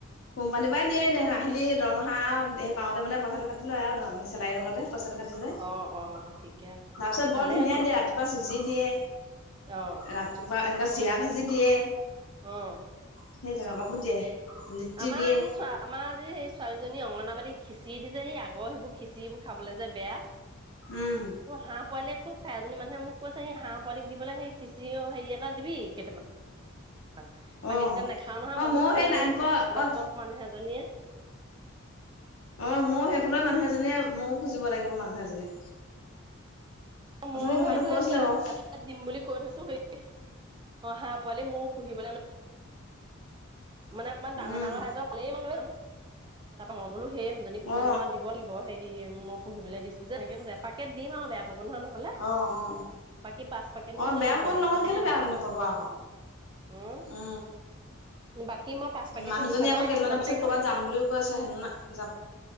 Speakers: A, on the left; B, on the right.
A: কোম্পানীৰ পৰাই দিয়ে
B: অ
A: মাহিলি দৰমহা সেই পাওঁতে মানে পইচাটো কাটি লয় আৰু চেলাৰীৰ লগতে। চইচ টকা দিলেই তাৰ
B: অ অ ঠিকে আছে
A: পিছত
B: ভালে
A: বৰ ধুনীয়া
B: আছে
A: দিয়া ৰাতিপুৱা চু জি দিয়ে
B: অ
A: ৰাতিপুৱা একে চিৰা ভাজি দিয়ে।
B: অহ
A: সেই তেনেকুৱাবোৰ দিয়ে। লিটি
B: আমাৰ
A: দিয়ে
B: আজি চোৱা আমাৰ আজি সেই ছোৱালী জনী অংগনাবাদী খিচি দি যে সি আগৰ সেইবোৰ খিচৰিবোৰ খাবলে যে বেয়া
A: উম
B: হাঁহ পোৱালিয়ে খুব খাই এজনী মানুহে মোক কৈছে সি হাঁহ পোৱালিক দি পেলাই সেই খিচিৰি হেৰি এটা দিবি কেইটামান। <unintelligible>
A: অ
B: নাখাও নহয়
A: অ
B: মই বোলো
A: ময়ো
B: সেই
A: নাৰায়ণপুৰ
B: গহপৰ
A: অ
B: মানুহ এজনীয়ে
A: অ ময়ো সেইফালে মানুহ এজনীয়ে ময়ো খুজিব লাগিব মানুহ এজনীক
B: মইো
A: অথনি কথাটো
B: এইফালে
A: কৈছিলে বাৰু
B: এঠাইত দিম বুলি কৈ থৈছো সেই অ হাঁহ পোৱালি ময়ো পুহিবলৈ মানে অকণমান ডাঙৰ
A: উম
B: ডাঙৰ হাজজৰ পালেই মই লৈ যাম তাৰ পৰাা মইবলো সেই জনজনীক
A: অ অ
B: মই দিব লাগিব সেই মই পুহিবলৈ দিছো যে এনেকে কৈছো এপাকেট দিম আৰু বেয়া পাব নহয় নহ'লে
A: অ অ
B: বাকী পাঁচ পেকেট মই
A: অ
B: সেই
A: বেয়া
B: বেলেগ
A: পাব নহয়
B: এফালেহে
A: কেলে
B: দিম।
A: বেয়া নাপাব আকৌ
B: উম,
A: ও
B: বাকী মই পাঁচ পেকেটটো
A: মানুহজনী
B: সেইফালেহে
A: আকৌ কেইদানৰ
B: দিম তাৰমানে
A: পিছত
B: একদম
A: কৰ'বাত যাম বুলিও কৈ আছে হে যাম